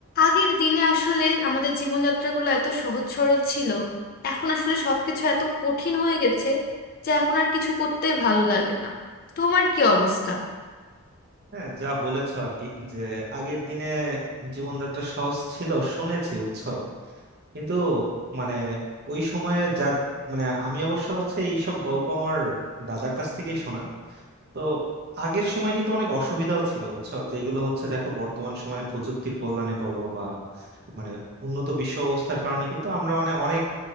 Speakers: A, on the left; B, on the right.
A: আগের দিনে আসলে আমাদের জীবনযাত্রাগুলো এত সহজ সরল ছিল এখন আসলে সবকিছু এত কঠিন হয়ে গেছে যে এখন আর কিছু করতে ভালো লাগে না তোমার কি অবস্থা
B: হ্যাঁ যা বলেছ আর কি যে আগের দিনে জীবনযাত্রা সহজ ছিল শুনেছি উৎস কিন্তু মানে ওই সময়ে যা মানে আমি অবশ্য হচ্ছে এইসব গল্প আমার দাদার কাছ থেকেই শোনা তো আগের সময় কিন্তু অনেক অসুবিধাও ছিল বুঝছো যেগুলো হচ্ছে দেখো বর্তমান সময়ে প্রযুক্তির কল্যাণে বলো বা মানে উন্নত বিশ্ব অবস্থার কারণে কিন্তু আমরা মানে অনেক